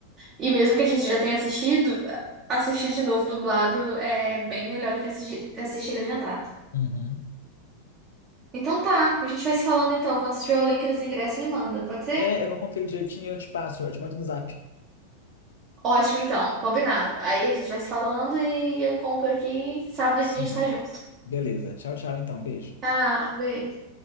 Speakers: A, on the right; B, on the left.
A: E mesmo que a gente já tenha assistido, assistir de novo dublado é bem melhor do que assistir, assistir legendado.
B: uhum.
A: Então tá, a gente vai se falando então. Quando tiver o link dos ingressos, me manda, pode ser?
B: É, eu vou conferir direitinho e eu te passo, eu te mando no zap.
A: Ótimo, então, combinado. Aí a gente vai se falando e eu compro aqui. e Sábado a
B: Sim.
A: gente tá junto.
B: Beleza. Tchau, tchau, então. Beijo.
A: Tchau, beijo.